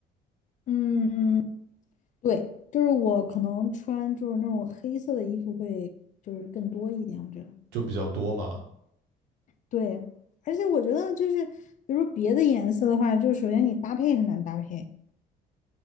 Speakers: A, on the left; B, on the right.
A: 嗯嗯对，就是我可能穿就是那种黑色的衣服会就是更多一点，我觉得。
B: 就比较多嘛，
A: 对，而且我觉得就是比如别的颜色的话，就是首先你搭配很难搭配。